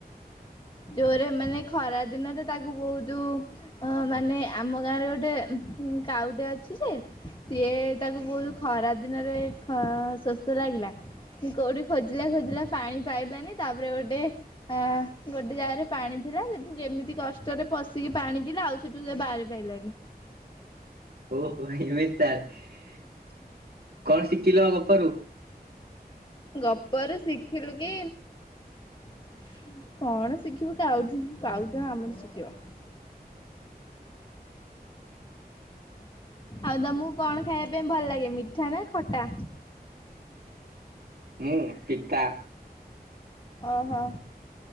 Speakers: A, on the left (about 30°); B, on the right (about 70°).
A: ଜୋରେ ମାନେ ଖରା ଦିନରେ ତାକୁ ଭୋଉ ଯୋ ଅ ମାନେ ଆମ ଗାଁରେ ଗୋଟେ ଉଁ କାଉଟେ ଅଛି ଯେ ସିଏ ତାକୁ ବୋହୁତ ଖରା ଦିନରେ ଖ ଶୋଷ ଲାଗିଲା କୋଉଠି ଖୋଜିଲା ଖୋଜିଲା ପାଣି ପାଇଲାନି ତାପରେ ଗୋଟେ ଅ ଗୋଟେ ଜାଗାରେ ପାଣି ଥିଲା ସେଠୁ କେମିତି କଷ୍ଟରେ ପଶିକି ପାଣି ପିଇଲା। ଆଉ ସେଠୁ ସେ ବାହାରି ପାଇଲାନି।
B: ଓହୋ ଏମିତି ତାହେଲେ। କଣ ଶିଖିଲ ଗପରୁ?
A: ଗପରୁ ଶିଖିଲୁ କି <inaudible> କଣ ଶିଖିବୁ କାଉଠୁ କାଉଟା ଆମଠୁ ଶିଖିବ। ଆଉ ତମୁକୁ କଣ ଖାଇବା ପାଇଁ ଭଲ ଲାଗେ ମିଠା ନାଁ ଖଟା?
B: ମୁଁ ପିତା।
A: ଅ ହ।